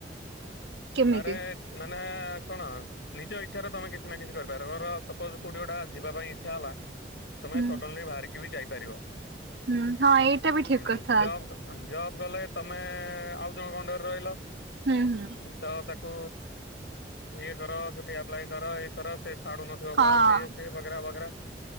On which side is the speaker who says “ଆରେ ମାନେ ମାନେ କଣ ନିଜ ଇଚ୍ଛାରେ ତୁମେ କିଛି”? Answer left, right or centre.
Left